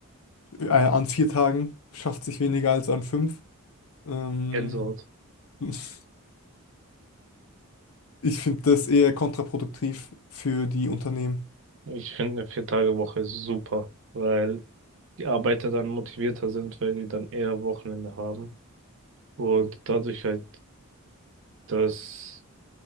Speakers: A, on the left (about 75°); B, on the right (about 60°).
A: äh, an vier Tagen schafft sich weniger als an fünf. Ähm,
B: Gänsehaut.
A: <laughs> ich finde das eher kontraproduktiv für die Unternehmen.
B: Ich finde eine Vier-Tage-Woche super, weil die Arbeiter dann motivierter sind, weil die dann eher Wochenende haben und dadurch halt, dass